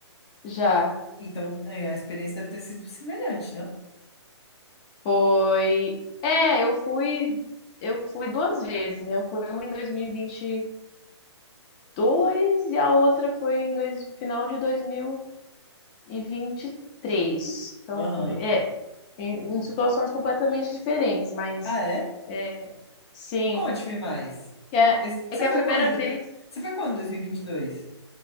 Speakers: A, on the left; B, on the left.
A: Já.
B: Então é, a experiência deve ter sido semelhante, não?
A: Foi. É, eu fui, eu fui duas vezes, né? Eu fui uma em dois mil e vinte e dois e a outra foi em dois, final de dois mil e vinte e três, Então
B: Aham.
A: foi, é, em, em situações completamente diferentes, mas
B: Ah, é?
A: é, sim,
B: Conte-me mais.
A: que é,
B: Esse- Você
A: é que é a
B: foi
A: primeira
B: quando?
A: vez
B: Você foi quando em dois? mil e vinte e dois?